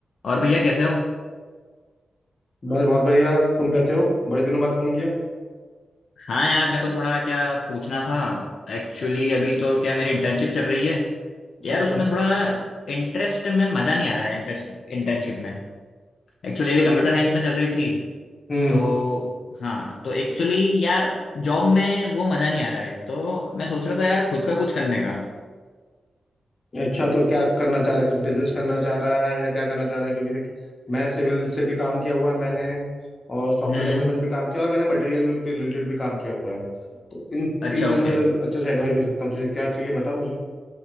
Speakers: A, on the left; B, on the left.
A: और भैया कैसे हो
B: बस बहुत बढ़िया तुम कैसे हो बड़े दिनों बाद फोन किया
A: हाँ यार मेरे को थोड़ा क्या पूछना था एक्चुअली अभी तो क्या मेरी इंटर्नशिप चल रही है यार
B: अच्छा
A: उसमें थोड़ा इंटरेस्ट में मज़ा नहीं आ रहा है इंटरेस्ट इंटर्नशिप में एक्चुअली अभी
B: तो
A: कंप्यूटर साइंस में चल रही थी
B: हम्म
A: तो हाँ तो एक्चुअली यार जॉब में वो मज़ा नहीं आ रहा है तो मैं सोच रहा था यार खुद का कुछ करने का
B: अच्छा तो क्या करना चाह रहा है कुछ बिजनेस करना चाह रहा है या क्या करना चाह रहा है क्योंकि देख मैं सिविल से भी काम किया हुआ है मैंने और सॉफ्टवेयर
A: हम्म
B: डेवलपमेंट भी काम किया और मैंने मटेरियल के रिलेटेड भी काम किया हुआ है तो इन
A: अच्छा
B: तीन चीज़ों
A: ओके
B: में तो अच्छे से एडवाइस दे सकता हूँ तुझे क्या चाहिए बता मुझे